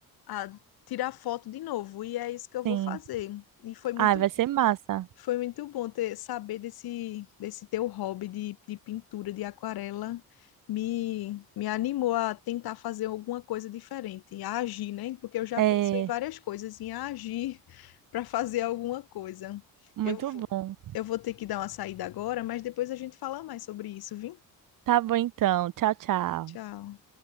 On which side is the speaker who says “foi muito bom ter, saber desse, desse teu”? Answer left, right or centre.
Left